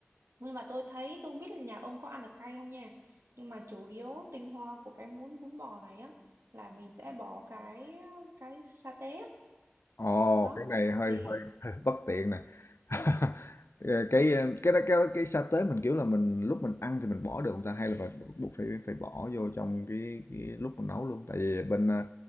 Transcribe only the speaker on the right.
nhưng mà tôi thấy tôi không biết là nhà ông có ăn được cay không nha nhưng mà chủ yếu tinh hoa của cái muỗng bún bò này á là mình sẽ bỏ cái cái sa tế
đó
thì